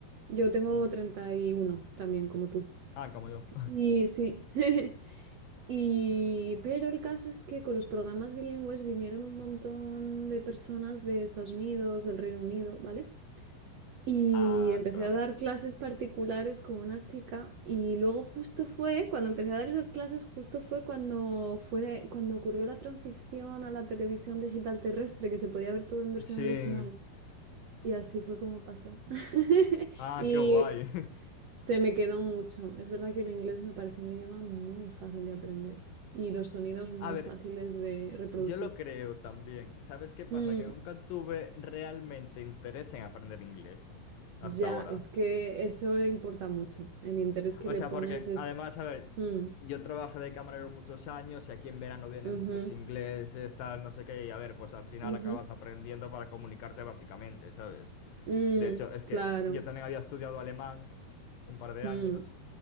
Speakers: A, on the right; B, on the left.
A: Yo tengo
B: Mm.
A: 31 también, como tú.
B: Ah, como yo.
A: Y sí. <laughs> Y, pero el caso es que con los programas bilingües vinieron un montón de personas de Estados Unidos, del Reino Unido, ¿vale? Y
B: Ah,
A: empecé
B: claro.
A: a dar clases particulares con una chica y luego justo fue, cuando empecé a dar esas clases, justo fue cuando fue, cuando ocurrió la transición a la televisión digital terrestre, que se podía ver todo en versión
B: Sí.
A: original. Y así fue como pasó. <laughs>
B: Ah,
A: Y
B: qué guay.
A: se me quedó mucho. Es verdad que el inglés me parece un idioma muy fácil de aprender y los sonidos muy
B: <laughs> A ver,
A: fáciles de reproducir.
B: yo lo creo también. ¿Sabes qué pasa?
A: Mm,
B: Que nunca tuve realmente interés en aprender inglés hasta
A: ya,
B: ahora.
A: es que eso importa mucho. El interés que
B: O
A: le
B: sea,
A: pones
B: porque
A: es...
B: además, a ver,
A: Mm,
B: yo trabajé de camarero muchos años y aquí en verano vienen
A: ujú,
B: muchos ingleses, tal, no sé qué, y a ver, pues al final
A: ujú,
B: acabas aprendiendo para comunicarte básicamente, ¿sabes?
A: mm,
B: De hecho, es
A: claro.
B: que yo también había estudiado alemán un par de
A: mm,
B: años